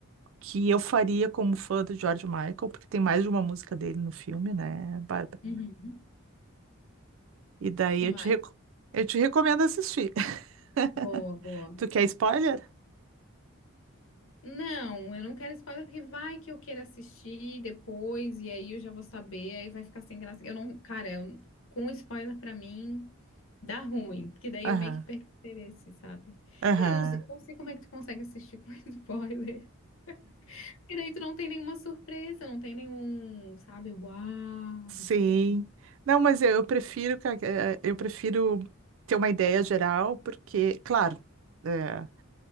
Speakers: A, on the right; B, on the left.
A: que eu faria como fã do George Michael, porque tem mais de uma música dele no filme, né, Bárbara?
B: Uhum.
A: E daí
B: Que
A: eu
B: mais?
A: te, reco- eu te recomendo assistir. <laughs>
B: Boa, boa.
A: Tu quer spoiler?
B: Não, eu não quero spoiler porque vai que eu queira assistir depois e aí eu já vou saber, aí vai ficar sem graça. Eu não, cara, eu- com spoiler pra mim dá ruim, porque daí
A: Aham,
B: eu meio que perco o interesse, sabe?
A: aham.
B: Cara, eu não sei, eu não sei como é que tu consegue assistir com <laughs> spoiler. Porque daí tu não tem nenhuma surpresa, não tem nenhum, sabe? Uau,
A: Sim.
B: isso aqui aconteceu.
A: Não, mas eu eu prefiro, ca- eh, eu prefiro ter uma ideia geral, porque, claro, eh,